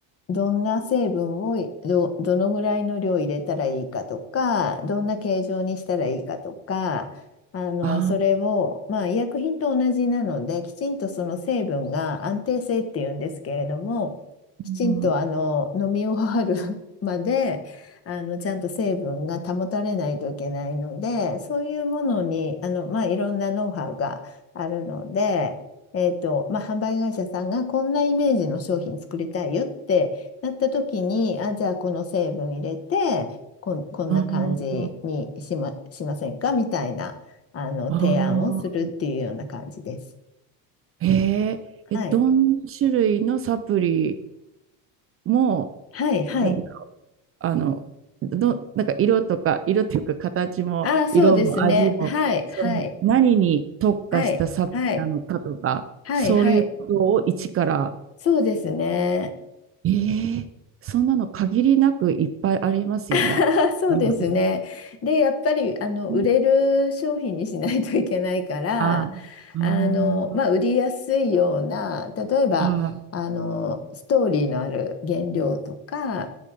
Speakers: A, on the left; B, on the right.
A: どんな成分をいど、どのぐらいの量入れたらいいかとか、どんな形状にしたらいいかとか、あの、
B: あ、
A: それを、まあ、医薬品と同じなので、きちんとその成分が安定性っていうんですけれども、
B: うん。
A: きちんとあの飲み終わる <laughs> まであのちゃんと成分が保たれないといけないので、そういうものにあの、まあ、いろんなノウハウがあるので、えーと、まあ、販売会社さんがこんなイメージの商品作りたいよってなった時に、あ、じゃあこの成分入れて、こん、こんな感じにしま、
B: あー
A: しませんかみたいな。あの、
B: あ
A: 提案をするっていうような感じです。
B: ー、へえ。え、
A: はい。
B: どんな種類のサプリも、
A: はい、はい。
B: なんか、あの、ど、なんか色とか、色っていうか形も、
A: ああ、そうですね。
B: 色も味も、
A: はい、
B: その何に特化したサプリなのかとか、
A: はい、はい、はい、はい、
B: そういうことを一から
A: はい。そうですね。
B: ええそんなの限りなくいっぱいありますよね。
A: <laughs> そうですね。
B: なるほど
A: で、やっぱりあの売れる商品にしないといけないから、
B: ねああ、
A: あの、
B: あ
A: まあ、売りやすいような、例えばあのストーリーのある原料とか、
B: あ、